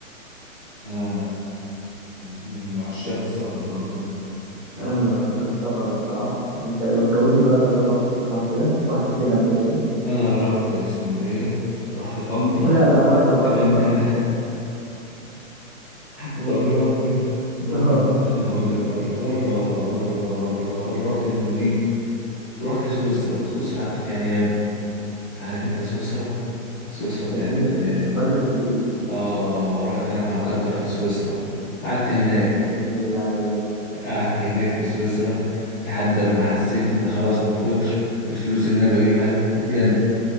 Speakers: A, on the left; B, on the right.
A: أنا من عشاق السفر برضه
B: أنا
A: رحت
B: من عشاق السفر الصراحة أنت أنت قول لي بقى تجربك في السفر كده رحت فين قبل كده؟
A: انا رحت اسكندريه رحت طنطا
B: <laughs> لا لا بره
A: كنت
B: بره بره
A: <laughs>
B: <laughs>
A: بره بره
B: آه
A: انا هقول لك بره بره بره بره بره رحت النرويج ورحت سويسرا سويسرا قعدت فيها ياما عارف انت سويسرا سويسرا
B: جميلة
A: بتاعت ال-
B: سويسرا بلد الفلوس
A: اه رحت انا مع كركر في سويسرا قعدت هناك
B: يا ابن اللعيبة
A: قعدت هناك في سويسرا لحد ما حسيت ان خلاص من كتر الفلوس اللي انا بجيبها هتجن